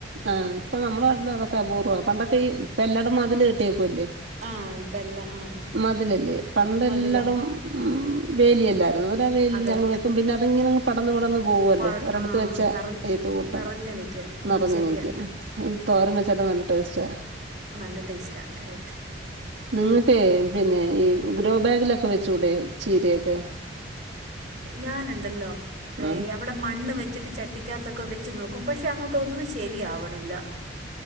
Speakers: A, on the right; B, on the right.
A: ആ ഇപ്പൊ നമ്മുടെ നാട്ടിലൊക്കെ അതൊക്കെ അപൂർവ്വ പണ്ടൊക്ക ഈ ഇപ്പൊ എല്ലാടം മതിൽ കെട്ടി വല്ലേ
B: ആഹ് ഇപ്പം എല്ലാം ആഹ്
A: മതിലല്ലേ പണ്ടെല്ലാടം
B: മതില
A: ഉം വേലിയല്ലായിരുന്നൊ <unintelligible>
B: അതെ
A: അങ് വെക്കും പിന്നെ അതിങ്ങനങ് പടന്ന് പടന്ന് പോവല്ലേ
B: പ
A: ഒരിടത്ത്
B: ആഹ്
A: വെച്ച
B: നിറഞ്ഞ്
A: ഏത്ത് കൂട്ട്
B: നിറഞ്ഞ് നിൽക്കും ഉം
A: നിറഞ്ഞു
B: ശരിയാ
A: നിക്കും തോരൻ വെച്ചാലും നല്ല ടേസ്റ്റാ
B: നല്ല ടേസ്റ്റാ കറക്റ്റ്
A: നിങ്ങൾക്കേ പിന്നെ ഈ ഗ്രോ ബാഗിലൊക്കെ വെച്ചൂടെ ചീരയൊക്കെ
B: ഞാനുണ്ടല്ലോ
A: ആഹ്
B: യവിടെ മണ്ണ് വെ ച്ചിട്ട് ചട്ടിക്കകത്തൊക്കെ വെച്ച് നോക്കും പക്ഷെ അങ്ങോട്ട് ഒന്നും ശരിയാവണില്ല